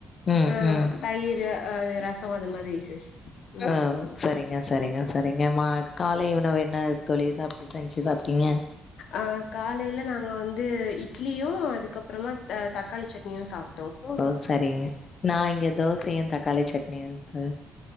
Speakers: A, on the left; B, on the left.
A: ம்
B: ஆ
A: ம்
B: தயிர் அ ரசோ அது மாரி சிஸ் ம்
A: ஹவு சரிங்க சரிங்க சரிங்க மா காலை உணவு என்ன தோழி சாப்டு செஞ்சு சாப்டீங்க
B: அஹ் காலேல நாங்க வந்து இட்லியு அதுக்கப்பறமா தக்காளி சட்னியு சாப்
A: ஓ சரினு நா இங்க தோசயு தக்காளி சட்னியு தோ